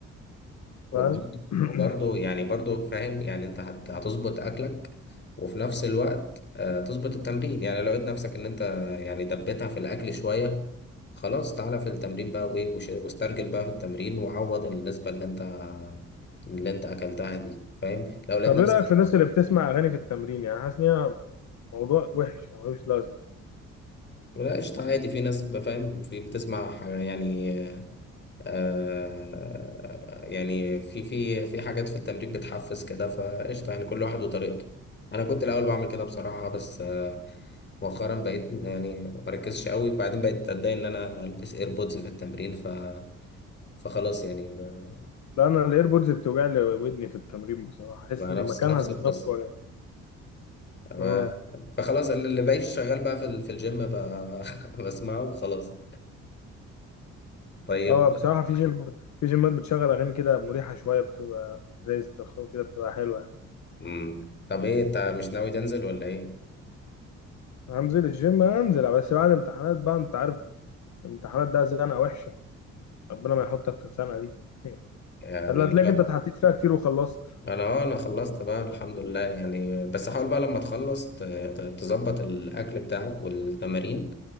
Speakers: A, on the left; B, on the left.
A: وبرضه
B: فاهم <clears throat>
A: وبرضه يعني برضه فاهم يعني انت هت- هتظبط اكلك وفي نفس الوقت آه، تظبط التمرين يعني لو لقيت نفسك ان انت يعني دبتها في الاكل شوية خلاص تعالى في التمرين بقى وايه وش- واسترجل بقى في التمرين وعوض النسبة اللي انت اللي انت اكلتها دي فاهم لو لقيت
B: طب
A: نفسك
B: ايه رايك في الناس اللي بتسمع اغاني في التمرين يعني حاسس ان هي موضوع وحش يعني ملوش لازمه
A: لا قشطة عادي في ناس ب- فاهم في بتسمع ح- يعني آه يعني في في في حاجات في التمرين بتحفز كده فقشطة يعني كل واحد وطريقته أنا كنت الأول بعمل كده بصراحة بس آه، مؤخرا بقيت يعني ما بركزش قوي وبعدين بقيت أتضايق إن أنا ألبس إيربودز في التمرين ف فخلاص يعني ب-
B: لا انا الايربودز بتوجع لي ودني في التمرين بصراحه احس
A: بقى
B: ان
A: نفس
B: مكانها
A: نفس
B: ذات
A: القصة
B: نفسه وجع
A: ف-
B: آه.
A: فخلاص اللي بقيت شغال بقى في ال- في الجيم بقى <laughs> بسمعه وخلاص طيب
B: اه بصراحة في جيم في جيمات بتشغل أغاني كده مريحة شوية بتبقى زي استرخاء كده بتبقى حلوة يعني
A: مم. طب إيه أنت مش ناوي تنزل ولا إيه؟
B: هنزل الجيم هنزل بس بعد امتحانات بقى أنت عارف الامتحانات ده زنقة وحشة ربنا ما يحطك في الزنقة دي <laughs>
A: يعني
B: هتلاقيك تلاقيك أنت اتحطيت فيها كتير وخلصت
A: انا اه انا خلصت بقى الحمد لله يعني بس حاول بقى لما تخلص ت- ت- تظبط الاكل بتاعك والتمارين